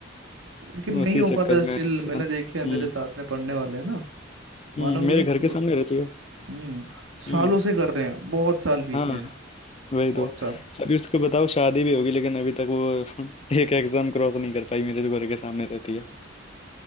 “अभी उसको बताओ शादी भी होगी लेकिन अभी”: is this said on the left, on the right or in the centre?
Left